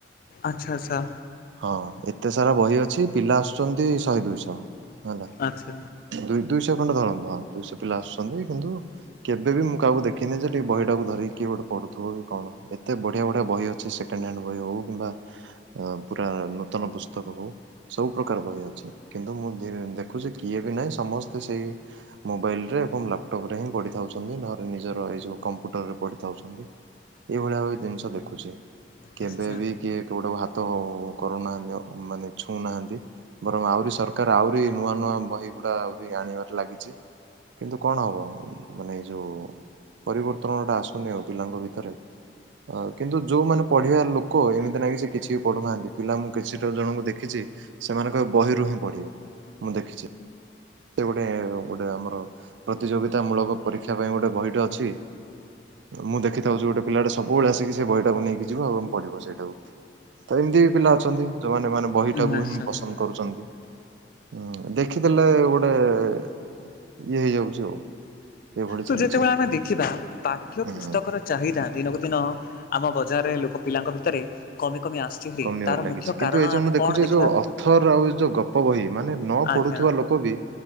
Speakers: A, on the left (about 50°); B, on the right (about 80°).
A: ଆଚ୍ଛା ଆଛା।
B: ହଁ ଏତେ ସାରା ବହି ଅଛି, ପିଲା ଆସୁଛନ୍ତି ଶହେ ଦୁଇଶହ ହେଲା
A: ଆଚ୍ଛା
B: ଦୁଇ ଦୁଇଶହ ଖଣ୍ଡେ ଧରନ୍ତୁଁ ହଁ ଦୁଇଶହ ପିଲା ଆସୁଛନ୍ତି କିନ୍ତୁ କେ ଏବି ମୁଁ କହାକୁ ଦେଖିନି ଯେ ଟିକେ ବହିଟାକୁ ଧରିକି କିଏ ଗୋଟେ ପଢ଼ୁଥିବ କି କଣ ଏତେ ବଢ଼ିଆ ବଢ଼ିଆ ବହି ଅଛି ସେକେଣ୍ଡ ହ୍ୟାଣ୍ଡ ବହି ହେଉ କିମ୍ବା ଆ ପୁରା ନୂତନ ପୁସ୍ତକ ହଉ ସବୁ ପ୍ରକାର ବହି ଅଛି କିନ୍ତୁ ମୁଁ ଦେ-ଦେଖୁଛି କିଏ ବି ନାହିଁ ସମସ୍ତେ ସେଇ ମୋବାଇଲରେ ଏବଂ ଲାପଟପ ରେ ହିଁ ପଢି ଥାଉଛନ୍ତି ନହେଲେ ନିଜର ଏଇ ଯୋଉ କମ୍ପ୍ୟୁଟରରେ ପଢି ଥାଉଛନ୍ତି ଏଇଭଳିଆ ଆଉ ଜିନିଷ ଦେଖୁଛି।
A: ନିଶ୍ଚୟ
B: କେବେ ବି କିଏ କୋଉଟାକୁ ହାତ ହବ ଉ କରୁନାହାନ୍ତି ଆଉ ମାନେ ଛୁଉଁନାହାନ୍ତି ବରଂ ଆହୁରି ସରକାର ଆହୁରି ନୂଆ ନୂଆ ବହି ଗୁଡା ଆହୁରି ଆଣିବାରେ ଲାଗିଚି କିନ୍ତୁ କଣ ହବ ମାନେ ଏଇ ଯୋଉ ପରିବର୍ତ୍ତନଟା ଆସୁନି ଆଉ ପିଲାଙ୍କ ଭିତରେ ଆ କିନ୍ତୁ ଯୋଉମାନୋନ ପଢିବା ଲୋକ ଏମିତି ନହିଁ କି ସେ କିଛି ବି ପଢୁନାହାନ୍ତି। ପିଲା ମୁଁ କିଛିଟା ଜଣଙ୍କୁ ଦେଖିଛି, ସେମାନେ କେବଳ ବହିରୁ ହିଁ ପଢିବେ ମୁଁ ଦେଖିଛି। ସେ ଗୋଟେ ଗୋଟେ ଆମର ପ୍ରତିଯୋଗିତା ମୂଳକ ପରୀକ୍ଷା ପାଇଁ ଗୋଟେ ବହିଟେ ଅଛି। ମୁଁ ଦେଖିଥାଉଛି ଗୋଟେ ପିଲାଟା ସବୁବେଳେ ଆସିକି ସେ ବହିଟାକୁ ନେଇକି ଯିବ ଏବଂ ପଢିବ ସେଇଟାକୁ, ତ ଏମିତି ବି ପିଲା ଅଛନ୍ତି। ଯୋଉମାନେ ମାନେ ବହିଟାକୁ
A: ନିଶ୍ଚୟ
B: ହିଁ ପସନ୍ଦ କରୁଛନ୍ତି। ହୁଁ ଦେଖିଦେଲେ ଗୋ ଇଏ ହେଇଯାଉଛି ଆଉ। ଏଭଳି
A: ତ
B: ଚାଲିଛି
A: ଯେତେବେଳେ ଆମେ ଦେଖିବା ପାଠ୍ୟ
B: ହୁଁ।
A: ପୁସ୍ତକର ଚାହିଦା ଦିନକୁ ଦିନ ଆମ ବଜାରରେ ଲୋକ ପିଲାଙ୍କ ଭିତରେ କମି କମି ଆସୁଛି ହେରି
B: କମିବାରେ
A: ତାର
B: ଲାଗିଛି
A: ମୁଖ୍ୟ
B: କିନ୍ତୁ
A: କାରଣ
B: ଏ ଯୋଉ
A: ଆମେ
B: ମୁଁ ଦେଖୁଛି
A: କଣ
B: ଏ
A: ଦେଖିବା
B: ଯୋଉ ଅଥର ଆଉ ଏ ଯୋଉ ଗପ ବହି ମାନେ ନ
A: ଆଜ୍ଞା
B: ପଢୁଥିବା ଲୋକ ବି